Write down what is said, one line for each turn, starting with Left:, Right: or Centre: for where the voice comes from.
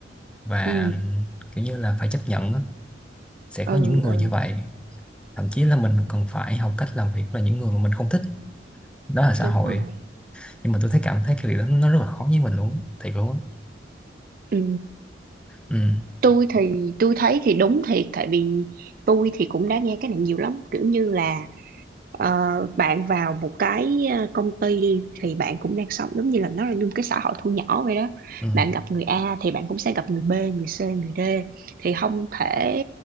Centre: và
Right: ừ
Centre: kiểu như là phải chấp nhận á. sẽ
Right: ừ
Centre: có những người
Right: ừ
Centre: như vậy thậm chí là mình còn phải học cách làm việc với những người mà mình không thích đó là xã
Right: đúng
Centre: hội
Right: rồi
Centre: nhưng mà tôi thấy cảm thấy cái việc đó nó rất là khó với mình luôn á. thiệt luôn á
Right: ừ
Centre: ừ
Right: tôi thì tôi thấy thì đúng thiệt tại vì tôi thì cũng đã nghe cái này nhiều lắm kiểu như là ờ, bạn vào một cái ờ, công ty đi thì bạn cũng đang sống giống như là nó là như một cái xã hội thu nhỏ vậy đó
Centre: ừ
Right: bạn gặp người A thì bạn cũng sẽ gặp người B người C người D thì không thể